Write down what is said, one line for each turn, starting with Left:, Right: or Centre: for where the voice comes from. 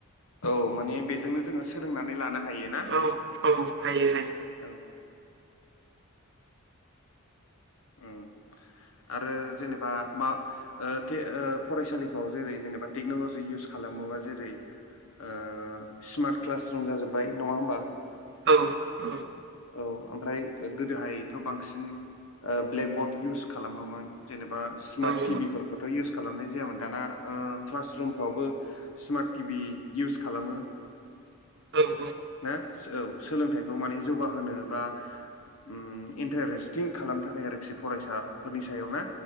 Left: औ माने बेजोंनो जोङो सोलोंनानै लानो हायो ना।
Right: औ औ हायो हाय
Left: औ। उम आरो जेनेबा मा ओ थे ओ फरायसालिफ्राव जेरै जेनेबा टेक्न'ल'जि इउस खालामोबा जेरै ओ स्मार्ट क्लास रुम जाजोब्बाय नङा होमबा।
Right: औ औ।
Left: औ ओमफ्राय ओ गोदोहायथ' बांसिन ओ ब्लेकबर्ड इउस खालामोमोन। जेनेबा स्मार्ट
Right: औ
Left: टिभिफोरखौथ' इउस खालामनाय जायामोन दाना ओ क्लास रुमफ्रावबो स्मार्ट टिभि इउस खालामो।
Right: औ औ।
Left: ना सोऔ सोलोंथाइखौ माने जौगाहोनो बा उम इन्टारेस्टिं खालामनो थाखाय आरोखि फरायसाफोरनि सायाव ना।